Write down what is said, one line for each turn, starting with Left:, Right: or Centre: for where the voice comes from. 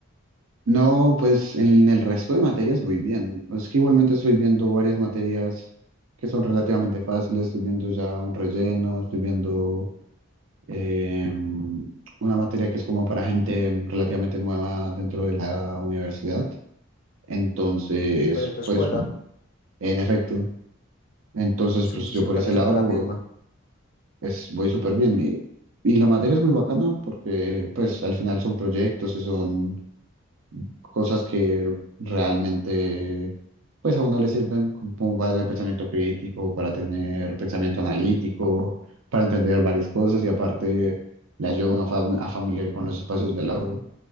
Right: no, pues en el resto de materias muy bien. Es que igualmente estoy viendo varias materias que son relativamente fáciles, estoy viendo ya un relleno, estoy viendo eh, una materia que es como para gente relativamente nueva dentro de la universidad. Entonces,
Left: Pero en tu escuela,
Right: pues, en efecto, entonces,
Left: sí,
Right: pues
Left: sí,
Right: yo
Left: sí,
Right: por
Left: también
Right: ese lado
Left: se viene la misma.
Right: eh, es, voy súper bien. Y, y la materia es muy bacana porque, pues, al final son proyectos y son cosas que realmente pues a uno le sirven como para tener pensamiento crítico, para tener pensamiento analítico, para entender varias cosas y aparte la ayuda a uno fa- a familiar con los espacios de la U,